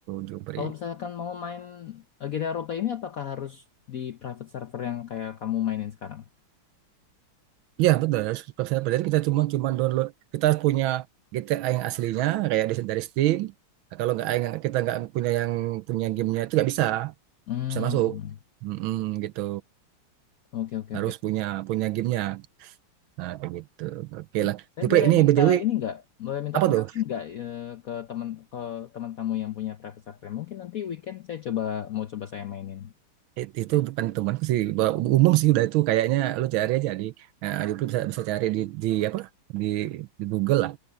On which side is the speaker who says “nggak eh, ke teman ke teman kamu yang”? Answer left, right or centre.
Left